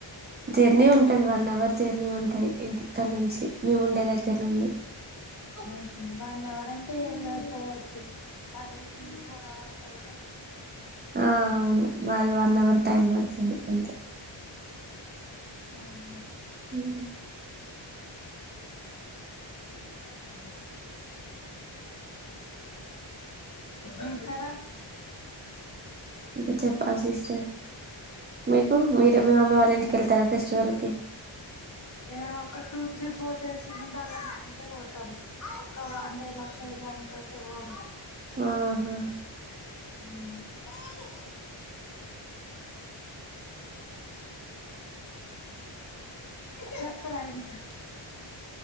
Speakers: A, on the right; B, on the left.
A: జర్నీ ఉంటది వన్ అవర్ జర్నీ ఉంటది. ఇంకా ఇక్కడి నుంచి మేము ఉండే దగ్గర నుండి.
B: ఉహు వన్ అవర్ అంటే ఏం గా దు కా పోవచ్చు మర త్రీ ఫోర్ అవర్స్ అయితే.
A: ఆ అవును మాది వన్ అవర్ టైం పడుతుంది అంతే.
B: Who, who.
A: అను
B: <inaudible> ఎక్కడ.
A: ఇంకా చెప్పాల్సి సిస్టర్. మీకు మీరే అమ్మీ వాళ్ళు ఇంటిక వెళ్తారా ఫెస్టివల్ కి.
B: ఏమో అక్క టూ త్రీ ఫోర్ డేస్ ఉండాల అనుకుంటే పోతాం. ఒక వన్ డే లో వచ్చేదానికైతే పోమ్.
A: ఆ, హా
B: <inaudible> చెప్పరా ఇంకా.